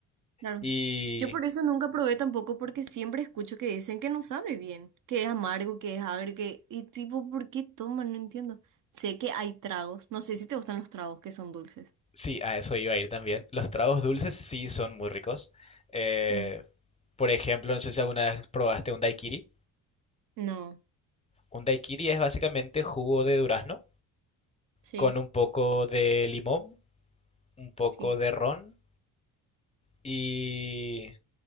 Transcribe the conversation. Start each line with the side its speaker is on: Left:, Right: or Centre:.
Right: Claro.
Left: Y
Right: Yo por eso nunca probé tampoco porque siempre escucho que dicen que no sabe bien, que es amargo, que es agrio, que... Y tipo, ¿por qué toman? No entiendo. Sé que hay tragos. No sé si te gustan los tragos que son dulces.
Left: Sí, a eso iba a ir también. Los tragos dulces sí son muy ricos. Eh,
Right: Mm,
Left: por ejemplo, no sé si alguna vez probaste un daiquiri.
Right: No,
Left: Un daiquiri es básicamente jugo de durazno
Right: sí,
Left: con un poco de limón, un poco
Right: sí.
Left: de ron y,